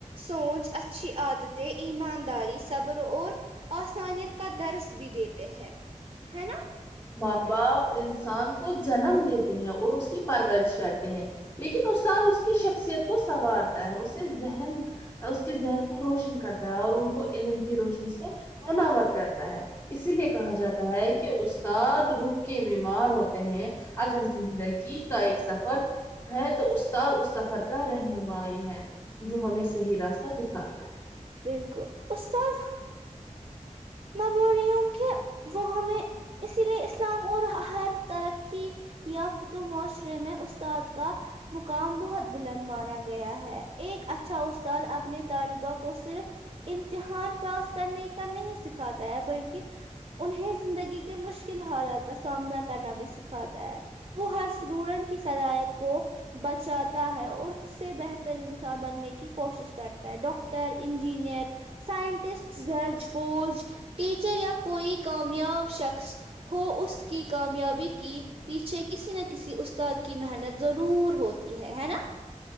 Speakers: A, on the right; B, on the left.
A: سونچ آچھی عادتیں ایمانداری صبر اور آسانیت کا درس بھی دیتے ہیں ہے نا
B: ماں باپ انسان کو جنم دیتے ہیں اور اس کی پرورش کرتے ہیں لیکن استاد اس کی شخصیت کو سنوارتا ہے اسے ذہن اس کے ذہن کو روشن کرتا ہے اور ان کو علم کی روشنی سے منور کرتا ہے اسی لیے کہا جاتا ہے کہ اس استاد رخ کے بیمار ہوتے ہیں اگر زندگی کا ایک سفر ہے تو استاد اس سفر کا رہنمائی ہے جو ہمیں صحیح راستہ دکھاتا ہے
A: بلکل استاد میں بول رہی ہوں کہ وہ ہمیں اسی لیے اسلام اور ہر ترقی یافتو معاشرے میں استاد کا مقام بہت بلند مانا گیا ہے ایک اچھا استاد اپنے طالبہ کو صرف امتحان پاس کرنے کا نہیں سکھاتا ہے بلکہ انہیں زندگی کے مشکل حالات کا سامنا کرنا بھی سکھاتا ہے وہ ہر سٹوڈنٹ کی صلاحت کو بچاتا ہے اور اس سے بہتر انسان بننے کی کوشش کرتا ہے ڈاکٹر انجینئر سائنٹسٹ جج فور ٹیچر یا کوئی کامیاب شخص ہو اس کی کامیابی کی پیچھے کسی نہ کسی استاد کی محنت ضرور ہوتی ہے ہے نا